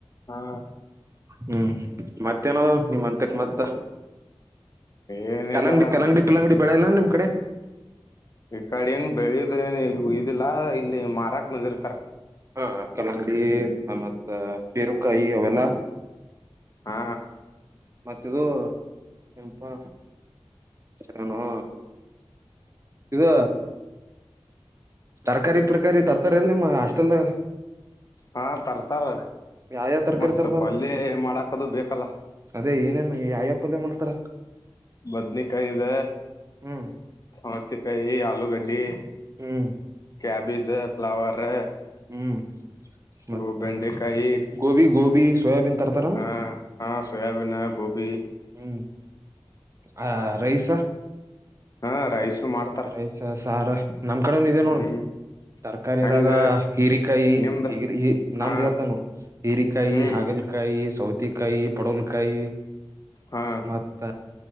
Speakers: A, on the left; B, on the right.
A: ಹಾ
B: ಹ್ಮ್ ಮತ್ ಏನಾದವ್ ನಿಮ್ ಅಂತಕ್ ಮತ್ತ.
A: ಏನಿಲ್ಲ
B: ಕಲಂಗಡಿ ಕಲಂಗಡಿ ಪಿಲಂಗಡಿ ಬೆಳೆಲ್ಲ ನಿಮ್ ಕಡೆ
A: ಈ ಕಡಿನ್ ಬೆಳಿದೆನ್ ಇದಿಲ್ಲಾ ಇಲ್ಲಿ ಮಾರಾಕ್ ಬಂದಿರ್ತರ.
B: ಹಾ ಕಲಂಗ್ಡಿ. ಹ ಮತ ಪೇರುಕಾಯಿ ಅವೆಲ್ಲ.
A: ಹಾ
B: ಮತ್ತಿದು. ಏನಪ್ಪ ಹೆರನೋ. ಇದು ತರ್ಕಾರಿ. ಪ್ರಕಾರಿ ತರ್ತಾರೆ ನಿಮ್ಮ ಹಾಸ್ ಟ್ಲ್ದಾಗ.
A: ಹಾ ತರ್ತಾರ
B: ಯಾವ ಯಾವ ತರಕಾರಿ
A: ಮತ್
B: ತರ್ತಾರ
A: ಪಲ್ಯ ಮಾಡಾಕದು ಬೇಕಲ್ಲ.
B: ಅದೇ ಏನೇನ್ ಯಾವ್ಯಾವ ಪಲ್ಯ ಮಾಡ್ತಾರ.
A: ಬದ್ನಿಕಾಯ್ದ
B: ಹ್ಮ್
A: ಸಾ ತ್ತ ಕಾಯಿ ಆಲೂಗಡ್ಡಿ.
B: ಹ್ಮ್
A: ಕ್ಯಾಬೇಜ್ ಫ್ಲವರ್.
B: ಹ್ಮ್ ಮತ್
A: ಇವು ಬೆಂಡೆಕಾಯಿ
B: ಗೋಬಿ ಗೋಬಿ ಗೋಬಿನ್ ತರ್ ತರನ್.
A: ಹಾ ಹಾ ಸೋಯಾಬೀನ್ ಗೋಬಿ
B: ಹ್ಮ್ ಆ
A: ಹಾ
B: ರೈಸ.
A: ಹಾ ರೈಸು ಮಾಡ್ತಾರ
B: ರೈಸ ಸಾರ ನಮ್ ಕಡೆನು ಇದೇ
A: ಹ್ಮ್
B: ನೋಡು ತರ್ಕಾರಿದಾಗ
A: ಹಂಗ
B: ಹೀರಿಕಾಯಿ
A: ನಿಮ್ದ್ರ
B: ಹೀಗಿ
A: ಹಾ
B: ನಮ್ದ ಹೇತ ನೋಡು ಹೀರಿಕಾಯಿ
A: ಹ್ಮ್
B: ಹಾಗಲ್ಕಾಯಿ. ಇ ಸೌತಿಕಾಯಿ ಪಡ್ವಲ್ಕಾಯಿ.
A: ಹಾ
B: ಮತ್ತ